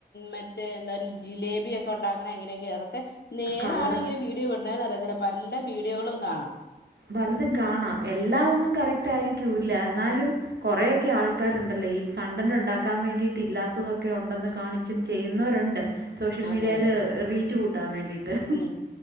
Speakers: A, on the left; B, on the right.
A: മറ്റേ എന്താ ജിലേബിയൊക്കൊണ്ടാക്കണ എങ്ങനെയൊക്കയാ അതൊക്കെ നേരാണോ
B: കളർ
A: ഇങ്ങന വീഡിയോ വിടണേന്നറിയത്തില്ല പല്ല വീഡിയോകളും കാണാം.
B: ബലതും കാണാം എല്ലാ ഒന്നും കറക് റ്റാരിക്യൂരില്ലെന്നാലും കുറെയെക്കെ ആൾക്കാരെണ്ടല്ലോ ഈ കണ്ടന്റൊണ്ടാക്കാൻ വേണ്ടിട്ട് ഇല്ലാത്തതൊക്കെ ഉണ്ടെന്ന് കാണിച്ചും ചെയ്യുന്നവരുണ്ട്. സോഷ്യൽ
A: അതെ
B: മീഡിയാല്
A: അതെ അതെ
B: റീച്ച് കൂട്ടാൻ വേണ്ടിട്ട്
A: ഉം